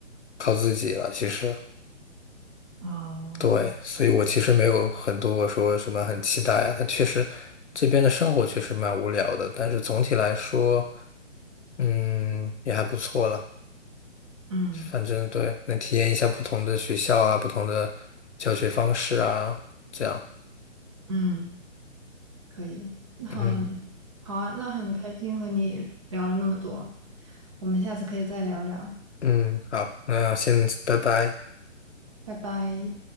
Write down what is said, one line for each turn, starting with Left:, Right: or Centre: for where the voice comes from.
Left: 靠自己了。其实，
Right: 啊。
Left: 对，所以我其实没有很多我说什么很期待啊。但确实，这边的生活确实蛮无聊的，但是总体来说，嗯，也还不错了。
Right: 嗯
Left: 反正对，能体验一下不同的学校啊，不同的教学方式啊，这样。
Right: 嗯，可以，很好啊，
Left: 嗯
Right: 那很开心和你聊了那么多，我们下次可以再聊聊，
Left: 嗯，好，那先拜拜。
Right: 拜拜。